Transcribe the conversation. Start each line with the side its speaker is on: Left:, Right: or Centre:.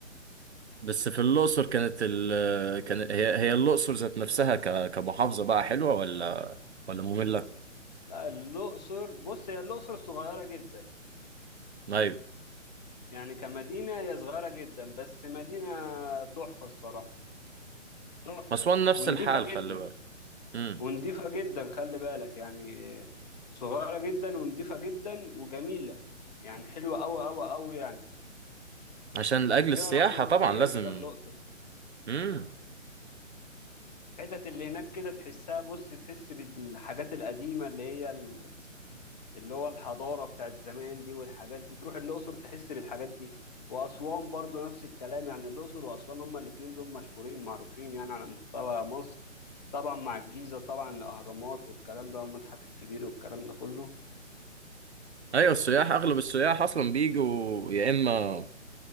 Right: بس في الاقصر كانت ال كان هي هي الاقصر ذات نفسها ك... كمحافظه بقى حلوه ولا ولا ممله
Left: لا الاقصر بص هي الاقصر صغيره جدا
Right: ايوه
Left: يعني كمدينه هي صغيره جدا بس مدينه تحفه الصراحه تحفه
Right: اسوان نفس
Left: ونضيفه
Right: الحال
Left: جدا
Right: خلي بالك امم
Left: ونضيفة جدا خلي بالك يعني آه، صغيرة جدا ونضيفة جدا وجميلة يعني حلوة أوي أوي أوي يعني
Right: عشان لاجل
Left: فيها
Right: السياحه
Left: راحة نفسية
Right: طبعا لازم
Left: كده الأقصر
Right: امم
Left: الحتت اللي هناك كده تحسها بص تحس بالحاجات القديمة اللي هي ال- اللي هو الحضارة بتاعت زمان دي والحاجات دي تروح الأقصر تحس بالحاجات دي وأسوان برضو نفس الكلام يعني الأقصر وأسوان هما الاتنين دول مشهورين معروفين يعني على مستوى مصر طبعا مع الجيزة طبعا الأهرامات والكلام ده والمتحف الكبير والكلام ده كله
Right: ايوه السياح اغلب السياح اصلا بيجوا يا اما